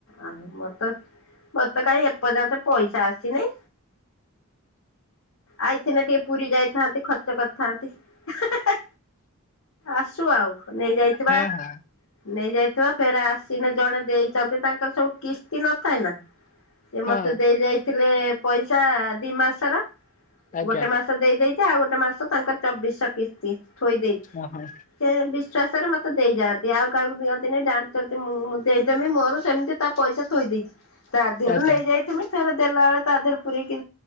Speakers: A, on the left; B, on the left.
A: ଆ ମତ ମରତ କାହିଁ ଏପର୍ଯ୍ୟନ୍ତ ପଇସା ଆସିନି? ଆଇଥିନେ ଟିକେ ପୁରୀ ଯାଇଥାନ୍ତି ଖର୍ଚ୍ଚ କରି ଥାନ୍ତି ଏ ହେ ହେ ଆସୁ ଆଉ ନେଇ ଯାଇଥିବା।
B: ହଁ ହଁ
A: ନେଇଯାଇଥିବା ଫେରେ ଆସିଲେ ଜଣେ ଦେଇଛନ୍ତି ତାଙ୍କର ସବୁ କିସ୍ତି ନଥାଏ ନା। ସେ
B: ହଁ
A: ମତେ ଦେଇ ଯାଇଥିଲେ ପଇସା ଦି ମାସର
B: ଆଜ୍ଞା
A: ଗୋଟେ ମାସ ଦେଇ ଦାଇ ଥା ଆଉ ଗୋଟେ ମାସ ତାଙ୍କର ଚବିଶହ କିସ୍ତି ଥୋଇ ଦେଇଛି।
B: ଓହୋ
A: ସେ ବିଶ୍ଵାସ ରେ ମତେ ଦେଇ ଯାଆନ୍ତି ଆଉ କାହାକୁ ଦିଅନ୍ତନି ଜାଣିଛ ମୁଁଁ ଦେଇଦେମି ମୋର ସେମିତି ତା ପଇସା ଥୋଇ ଦେଇଛି ତା ଦେହରୁ
B: ଆଜ୍ଞା
A: ନେଇ ଯାଇଥିବି। ଫେରେ ଦେଲା ବେଳେ ତାଦରେ ପୁରେଇକି